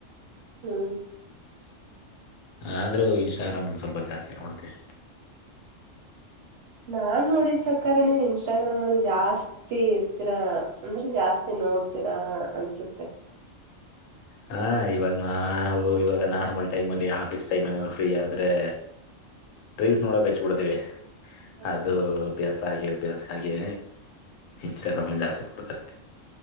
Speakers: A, on the right (about 65°); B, on the left (about 85°).
A: ಹ್ಮ್
B: ಆದ್ರೂ ಇನ್ಸ್ಟಾಗ್ರಾಮ, ಸ್ವಲ್ಪ ಜಾಸ್ತಿ ನೋಡ್ತವಿ.
A: ನಾನ ನೋಡಿದ ಪ್ರಕಾರ ನೀವು ಇನ್ಸ್ಟಾಗ್ರಾಮ್ ಅಲ್ಲಿ ಜಾಸ್ತಿ. ತ್ತ <unintelligible> ಇರ್ತೀರಾ ಅಂದ್ರೆ ಜಾಸ್ತಿ ನೋಡ್ತೀರಾ ಅನ್ಸುತ್ತೆ.
B: ಹ ಇವಾಗ ನಾ ಇವಾಗ ನಾರ್ಮಲ ಟೈಮ ಅಲ್ಲಿ ಆಫೀಸ್ ಟೈಮ ಏನಾದ್ರು ಫ್ರೀ ಆದ್ರೆ ರೀಲ್ಸ ನೋಡಕ <unintelligible> ಹಚ್ಬಿಡ್ತೇವಿ
A: ಹ್ಮ್
B: ಅದು ಅಭ್ಯಾಸ ಆಗಿ. ಅಭ್ಯಾಸ <unintelligible> ಹಾಗೆ ಇನ್ಸ್ಟಾಗ್ರಾಮಲ್ಲಿ ಜಾಸ್ತಿ ನೋಡ್ತರ.